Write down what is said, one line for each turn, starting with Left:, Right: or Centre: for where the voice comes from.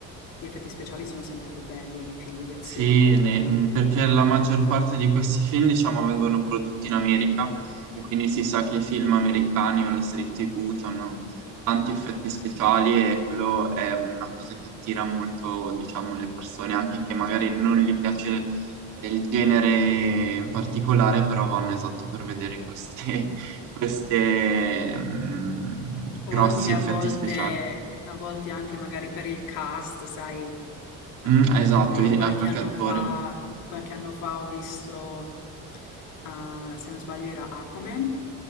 Left: gli effetti speciali sono sempre più belli nei film di azione,
Right: Sì, ne-
Left: ecco,
Right: mhmm,
Left: o
Right: perché
Left: di-
Right: la maggior parte di questi film, diciamo, vengono prodotti in America e quindi si sa che i film americani o le serie TV hanno tanti effetti speciali e quello è una cosa che attira molto, diciamo, le persone, anche che magari non gli piace eh, il genere in particolare, però vanno esatto per vedere queste, <laughs> queste, mm,
Left: o
Right: grossi
Left: anche a
Right: effetti
Left: volte,
Right: speciali.
Left: a volte anche magari per il cast, sai, Ah,
Right: Mm,
Left: per
Right: esatto,
Left: esempio, io qualche
Right: a qualche
Left: anno
Right: attore.
Left: fa, qualche anno fa ho visto, ah, se non sbaglio, era Aquaman